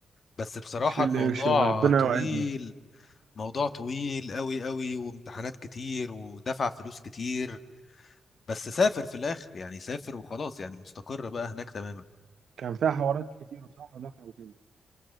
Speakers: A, on the left; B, on the right.
A: بس بصراحة
B: بسم الله
A: الموضوع
B: ما شاء الله ربنا
A: طويل
B: يوعدنا
A: موضوع طويل قوي قوي وامتحانات كتير ودفع فلوس كتير بس سافر في الاخر يعني سافر وخلاص يعني مستقر بقى هناك تماما
B: كان فيها حوارات كتير وصح ودفع وكده